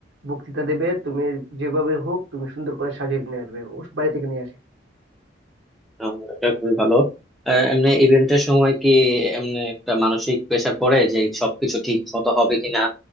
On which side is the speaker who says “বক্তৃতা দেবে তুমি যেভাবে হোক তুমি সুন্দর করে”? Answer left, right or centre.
Right